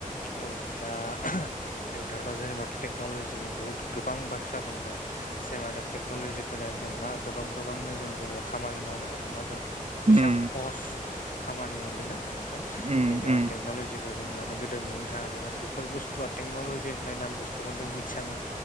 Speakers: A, on the left (about 70°); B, on the right (about 50°).
A: औ दा ओ नोंथांना जेनेबा टेक्न'लजिनि बहुत गोबां बाथ्रा बुंबाय जेनेबा जों टेक्न'लजि फैनानै जों मा गोबां गोबांनो जों जेनेबा खामानि मावनो हादोंबा जों
B: उम
A: बेसेबां हहस खामानि मोनदोंना नोंथां जे
B: उम
A: जोंहा
B: उम
A: टेक्न'लजिखौ जों माने गो नुनो थाङाखैमोन बेफोर बुस्थुआ टेक्न'लजि होननाय नाम बुस्थुखौनो जों मिथियामोन